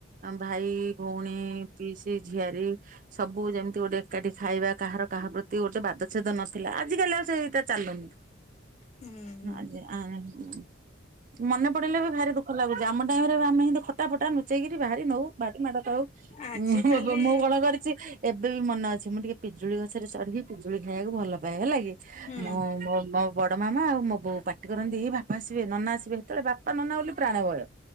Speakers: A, on the right; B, on the left.
A: ଭାଇ ଭଉଣୀ ପିଇସି ଝିଆରୀ ସବୁ ଯେମତି ଗୋଟେ ଏକାଠି ଖାଇବା କାହାର କାହା ପ୍ରତି ଗୋଟେ ବାଦଛେଦ ନଥିଲା ଆଜିିକାଲି ଆଉ ସେଇଟା ଚାଲୁନି।
B: ହୁଁ ହଁ
A: ଆଜି ଆ ମନେ ପଡିଲେ ବି ଭାରି ଦୁଃଖ ଲାଗୁଛି ଆମ ଟାଇମରେ ଆମେ ଏମତି ଖଟା ଫଟା ନ ଚେଇକରି ବାହାରି ନଉ ଭାରି ମାଡ ଖାଉ
B: ଆଜିକାଲି
A: <unintelligible> ମୁଁ କଣ କରିଛି ଏବେ ବି ମନ ଅଛି ମୁଁ ଟିକେ ପିଜୁଳି ଗଛରେ ଚଢିକି ପିଜୁଳି ଖାଇବାକୁ ଭଲ ପାଏ ହେଲା କି
B: ହୁଁ
A: ମୁଁ ମୋ ମୋ ବଡ ମାମା ଆଉ ମୋ ବୋଉ ପା କରନ୍ତି ଏ ବାପା ଆସିବେ ନନା ଆସିବେ ସେତେବେଳେ ବାପା ନନା ବୋଲି ପ୍ରାଣ ଭୟ